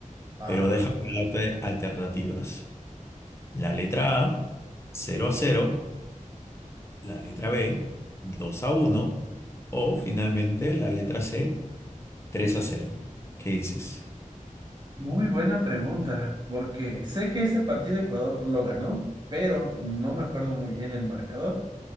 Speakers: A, on the right; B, on the left.
A: Ah,
B: pero déjame darte alternativas. La letra A, cero a cero. la letra B, 2 a uno o finalmente la letra C, 3 a cero ¿Qué dices?
A: muy buena pregunta, porque sé que ese partido Ecuador lo ganó, pero no me acuerdo muy bien el marcador.